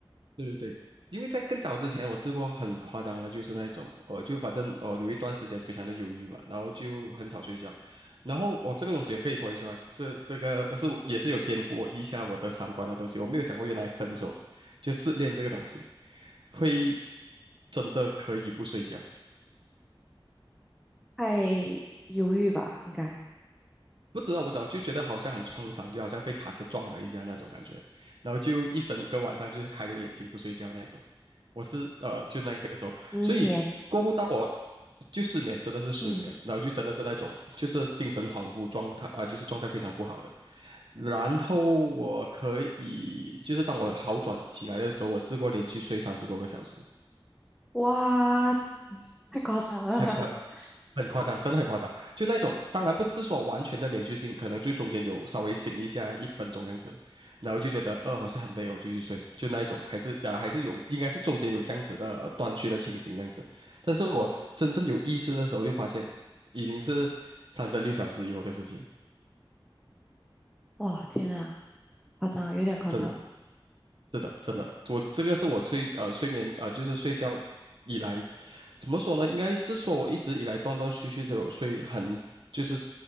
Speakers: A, on the right; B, in the centre.
A: 对对对，因为在更早之前我试过很夸张的，就是那一种，我就反正哦有一段时间非常的忧郁嘛，然后就很少睡觉，然后我、哦这个东西也可以说一说啊，这这个是也是有颠覆我一下我的三观的东西，我没有想过原来分手就失恋这个东西会真的可以不睡觉。
B: 太忧郁吧，应该
A: 不知道，不知道，就觉得好像很创伤，就好像被卡车撞了一下那种感觉，然后就一整个晚上就是开着眼睛不睡觉那种。我是呃，就那个时候，
B: 失眠。
A: 所以过后当我就失眠，真的是失眠，
B: 嗯，
A: 然后就真的是那种就是精神恍惚状态啊、就是状态非常不好的。然后我可以就是当我好转起来的时候，我试过连续睡三十多个小时，
B: 哇，太夸张了。
A: 很夸张。
B: <laughs>
A: 很夸张，真的很夸张。就那种，当然不是说完全的连续性，可能就中间有稍微醒一下一分钟这样子，然后就觉得呃好像很累哦，我继续睡，就那一种，还是啊、还是有，应该是中间有这样子的呃断续的情形这样子。但是我真正有意识的时候，就发现已经是三十六小时以后的事情，
B: 哇，天呐，夸张，有点夸张。
A: 真的。是的，真的，我这个是我睡呃睡眠啊、呃就是睡觉以来，怎么说呢？应该是说我一直以来断断续续都有睡很，就是